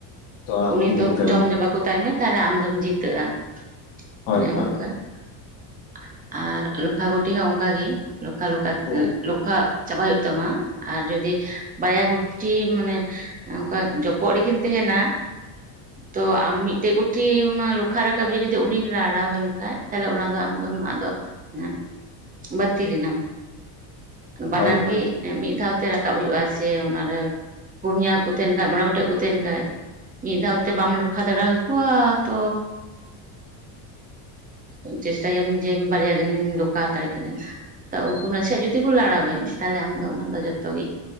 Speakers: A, on the left; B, on the right.
A: ᱛᱚ ᱟᱢᱮᱢ
B: ᱩᱱᱤ ᱫᱚᱢ
A: ᱡᱤᱛᱟᱹᱣ
B: ᱡᱚᱢ
A: ᱮᱱᱟ᱾
B: ᱡᱟᱵᱟ ᱠᱚᱛᱟᱭ ᱢᱮ ᱛᱟᱦᱚᱞᱮ ᱟᱢ ᱫᱚᱢ ᱡᱤᱛᱟᱹᱜᱼᱟ
A: ᱦᱳᱭ
B: ᱚᱱᱮ
A: ᱦᱳᱭ
B: ᱚᱱᱠᱟ ᱾ ᱟᱨ ᱞᱚᱠᱷᱟ ᱜᱩᱴᱤ ᱦᱚᱸ ᱚᱱᱠᱟᱜ ᱜᱮ ᱞᱚᱠᱷᱟ ᱞᱚᱠᱷᱟ
A: ᱦᱩᱸ
B: ᱞᱚᱠᱷᱟ ᱪᱟᱵᱟᱭ ᱦᱩᱭᱩᱜ ᱛᱟᱢᱟ ᱟᱨ ᱡᱚᱫᱤ ᱵᱟᱨᱭᱟ ᱜᱩᱴᱤ ᱢᱟᱱᱮ ᱚᱱᱠᱟ ᱡᱚᱯᱚᱜ ᱨᱮᱠᱤᱱ ᱛᱟᱦᱮᱱᱟ ᱛᱚ ᱟᱢ ᱢᱤᱫᱴᱮᱡ ᱜᱩᱴᱷᱤ ᱢᱟ ᱞᱚᱠᱷᱟ ᱨᱟᱠᱟᱵᱭᱟ ᱡᱩᱫᱤ ᱩᱱᱤ ᱞᱟᱲᱟᱣᱮᱱ ᱠᱷᱟᱡ ᱛᱟᱦᱞᱮ ᱚᱱᱟ ᱫᱚ ᱟᱢᱫᱚᱢ ᱟᱫᱚ ᱮᱸ ᱵᱟᱛᱤᱨ ᱮᱱᱟᱢ ᱵᱟᱱᱟᱨ
A: ᱦᱳᱭ ᱦᱳᱭ
B: ᱜᱮ ᱢᱤᱫ ᱫᱷᱟᱣᱛᱮ ᱨᱟᱠᱟᱵ ᱦᱩᱭᱩᱜᱼᱟ ᱥᱮ ᱚᱱᱟᱨᱮ ᱯᱩᱱᱭᱟ ᱠᱚ ᱛᱟᱦᱮᱱ ᱠᱷᱟᱡ ᱢᱚᱬᱮ ᱜᱚᱴᱮᱡ ᱠᱚ ᱛᱟᱦᱮᱱ ᱠᱷᱟᱡ ᱢᱤᱫ ᱫᱷᱟᱣ ᱛᱮ ᱵᱟᱢ ᱞᱚᱠᱷᱟ ᱫᱟᱲᱮ ᱟᱠᱚᱣᱟ ᱛᱚᱻ ᱩᱸᱜ ᱪᱮᱥᱴᱟᱭᱟᱢ ᱡᱮ ᱵᱟᱨᱭᱟ ᱜᱟᱱᱤᱧ ᱞᱚᱠᱟ ᱦᱟᱛᱟᱲ ᱠᱤᱱᱟ ᱛᱚ ᱩᱱᱠᱩ ᱱᱟᱥᱮᱭᱟᱜ ᱡᱩᱫᱤ ᱠᱚ ᱞᱟᱲᱟᱣᱮᱱ ᱛᱟᱦᱚᱞᱮ ᱟᱢᱫᱚ ᱚᱱᱟ ᱫᱚ ᱡᱚᱛᱚᱜᱮ